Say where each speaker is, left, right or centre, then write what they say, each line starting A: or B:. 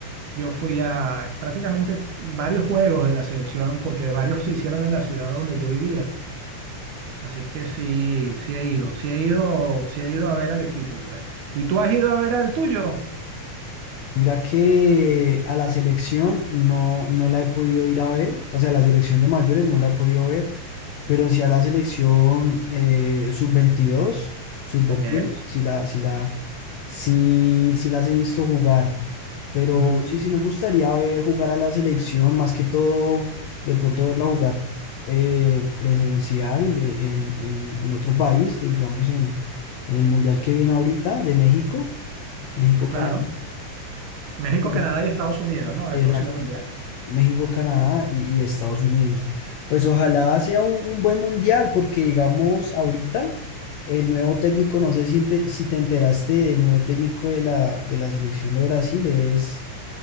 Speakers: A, on the right; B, on the left.
A: yo fui a prácticamente varios juegos de la selección porque varios se hicieron en la ciudad donde yo vivía. Así es que sí, sí he ido, sí he ido, sí he ido a ver al equipo, pues. ¿Y tú has ido a ver al tuyo?
B: Mira que a la selección no, no la he podido ir a ver, o sea, la selección de mayores no la he podido ver, pero sí a la selección eh, sub veintidós sub veintiuno
A: Ok.
B: sí la, sí la, sí, sí las he visto jugar. Pero
A: Mm,
B: sí, sí me gustaría ver jugar a la selección, más que todo, de pronto verla jugar eh, presencial eh, en, en, en otro país, digamos en, en el mundial que viene ahorita de México, México-Canadá,
A: claro. México,
B: porque yo-
A: Canadá y Estados Unidos, ¿no?
B: exacto,
A: El próximo Mundial.
B: México-Canadá y, y Estados Unidos. Pues ojalá sea un, un buen mundial, porque digamos ahorita el nuevo técnico, no sé si te, si te enteraste, el nuevo técnico de la, de la selección de Brasil es